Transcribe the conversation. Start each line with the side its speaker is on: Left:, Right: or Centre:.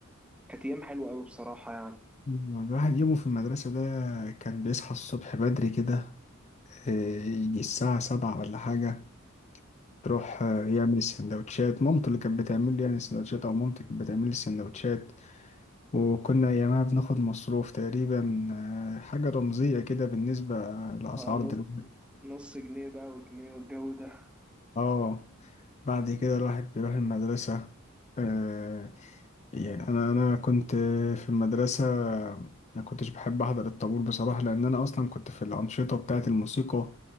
Centre: كانت أيام حلوة أوي بصراحة يعني
Left: الواحد يومه في المدرسة ده كان بيصحى الصبح بدري كده اه، يجي الساعة سبعة ولا حاجة تروح اه، يعمل السندوتشات مامته اللي كانت بتعمل لي يعني السندوتشات او مامتي كانت بتعمل لي السندوتشات وكنا أيامها بناخد مصروف تقريبا آه، حاجة رمزية كده بالنسبة لأسعار
Centre: أه نص
Left: دلوقتي
Centre: نص جنيه بقى وجنيه والجو ده
Left: اه بعد كده الواحد بيروح المدرسة آه يعني أنا أنا كنت في المدرسة ما كنتش بحب أحضر الطابور بصراحة لأن أنا أصلا كنت في الأنشطة بتاعة الموسيقى